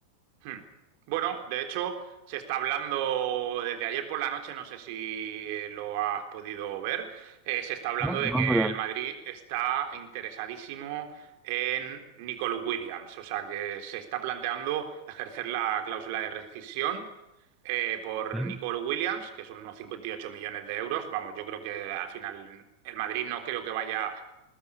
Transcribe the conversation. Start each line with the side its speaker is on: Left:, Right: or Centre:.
Right: Hmm. Bueno, de hecho, se está hablando desde ayer por la noche, no sé si lo has podido ver, eh, se está hablando
Centre: No,
Right: de
Centre: no,
Right: que
Centre: pero...
Right: el Madrid está interesadísimo en Nicolás Williams, o sea que se está planteando ejercer la cláusula de rescisión eh, por
Centre: ¿Sí?
Right: Nicolás Williams, que son unos 58 millones de euros. Vamos, yo creo que al final el Madrid no creo que vaya